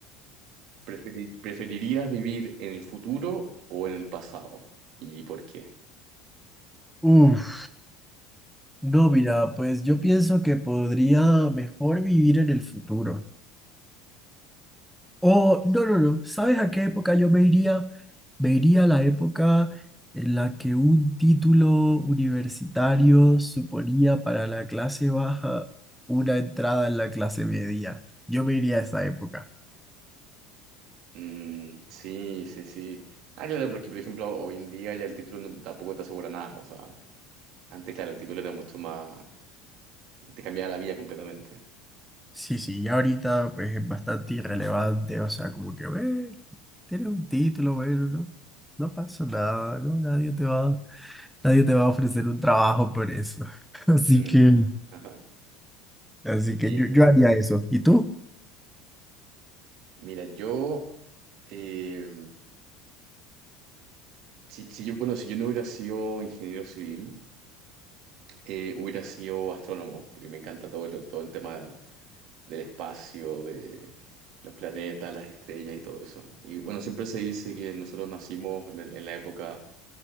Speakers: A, on the right; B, in the centre.
A: Preferi- ¿Preferirías vivir en el futuro o en el pasado? ¿Y por qué?
B: Uf. No, mira, pues yo pienso que podría mejor vivir en el futuro. Oh, no, no, no. ¿Sabes a qué época yo me iría? Me iría a la época en la que un título universitario suponía para la clase baja una entrada en la clase media. Yo me iría a esa época.
A: Mm, sí, sí, sí. Ah, claro, porque por ejemplo hoy en día ya el título no- tampoco te asegura nada. O sea, antes, claro, el título era mucho más... Te cambiaba la vida completamente.
B: Sí, sí, ya ahorita pues es bastante irrelevante, o sea, como que, "Ve, tienes un título, bueno, no, no pasó nada, no, nadie te va, nadie te va a ofrecer un trabajo por eso. <laughs> Así
A: Mm.
B: que,
A: <laughs>
B: así que
A: Sí,
B: yo,
A: claro.
B: yo haría eso. ¿Y tú?
A: Mira, yo... eh, si, si yo, bueno, si yo no hubiera sido ingeniero civil, eh, hubiera sido astrónomo, porque me encanta todo el, todo el tema del espacio, de los planetas, las estrellas y todo eso. Y bueno, siempre se dice que nosotros nacimos en el- en la época